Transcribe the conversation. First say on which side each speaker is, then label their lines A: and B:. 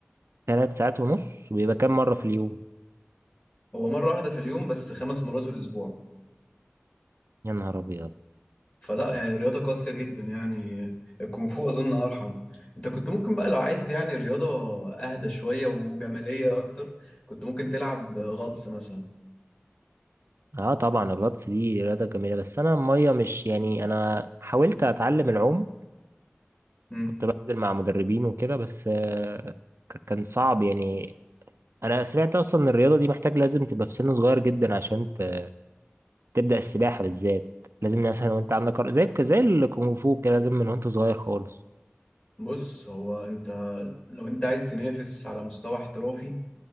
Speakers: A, on the right; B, on the left.
A: ثلاث ساعات ونص وبيبقى كام مرة في اليوم
B: هو مره واحده في اليوم بس خمس مرات في الاسبوع
A: يا نهار ابيض
B: فلا يعني رياضة قاسية جدا يعني الكونغ فو أظن أرحم أنت كنت ممكن بقى لو عايز يعني رياضة أهدى شوية وجمالية أكتر كنت ممكن تلعب غطس مثلا
A: اه طبعا الغطس دي رياضة جميلة بس انا المية مش يعني انا حاولت اتعلم العوم
B: مم.
A: كنت بنزل مع مدربين وكده بس آه، ك- كان صعب يعني انا سمعت اصلا ان الرياضة دي محتاج لازم تبقى في سن صغير جدا عشان ت- تبدأ السباحة بالذات لازم مثلا وانت عندك أر- زي زي الكونغ فو كده لازم من وانت صغير خالص
B: بص هو أنت لو أنت عايز تنافس على مستوى احترافي